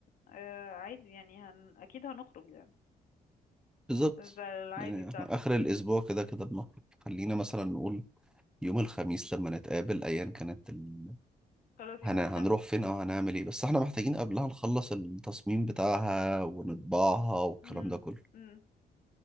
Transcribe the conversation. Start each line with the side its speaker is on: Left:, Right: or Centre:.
Left: آه عادي يعني هن... اكيد هنخرج يعني
Centre: بالظبط
Left: زي العادي
Centre: يعني
Left: بتاعنا
Centre: احنا اخر الاسبوع كده كده بنخرج خلينا مثلا نقول يوم الخميس لما نتقابل ايا كانت ال...
Left: خلاص
Centre: هن...
Left: يبقى
Centre: هنروح
Left: الخم
Centre: فين او هنعمل ايه بس احنا محتاجين قبلها نخلص التصميم بتاعها ونطبعها والكلام
Left: مم.
Centre: ده كله
Left: مم.